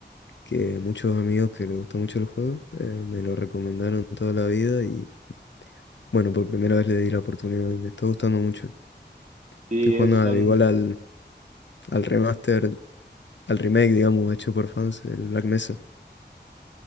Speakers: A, on the left (about 80°); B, on the right (about 40°).
A: Que muchos amigos que les gusta mucho el juego eh, me lo recomendaron toda la vida y, bueno, por primera vez le di la oportunidad y me está gustando mucho.
B: Sí,
A: Estoy jugando
B: es, son,
A: a- igual al, al remaster, al remake, digamos, hecho por fans, el Black Mesa.